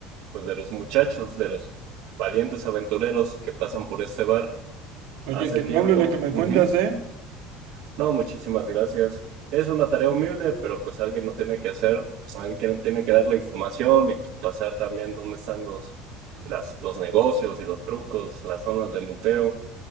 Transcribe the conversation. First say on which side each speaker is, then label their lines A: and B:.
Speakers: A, on the right; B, on the right.
A: pues, de los muchachos, de los valientes aventureros que pasan por este bar
B: Oye,
A: hace
B: qué noble
A: tiempo.
B: lo que me
A: Ujú.
B: cuentas, ¿eh?
A: No, muchísimas gracias. Es una tarea humilde, pero pues alguien lo tiene que hacer, alguien tiene que dar la información y pues, pasar también dónde están los, las, los negocios y los trucos, las zonas de luteo.